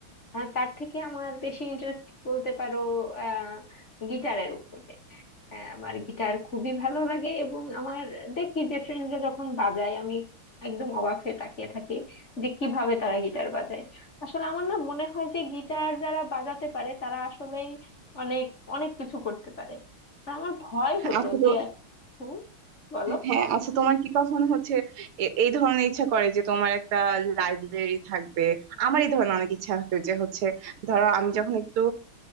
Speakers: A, on the left; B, on the right.
A: আহ, তার থেকে আমার বেশি ইন্টারেস্ট বলতে পারো আহ গিটারের উপরে আহ, আমার গিটার খুবই ভালো লাগে এবং আমার দেখি যে ফ্রেন্ডরা যখন বাজায় আমি একদম অবাক হয়ে তাকিয়ে থাকি যে কিভাবে তারা গিটার বাজায় আসলে আমার না মনে হয় যে গিটার যারা বাজাতে পারে তারা আসলেই অনেক অনেক কিছু করতে পারে আর আমার ভয় হতো
B: আচ্ছা
A: যে
B: তো
A: হুম বলো
B: হ্যাঁ আচ্ছা তোমার কি কখনো হচ্ছে এ- এই ধরনের ইচ্ছা করে যে তোমার একটা লাইব্রেরি থাকবে আমার এই ধরনের অনেক ইচ্ছা আছে যে হচ্ছে ধরো আমি যখন একটু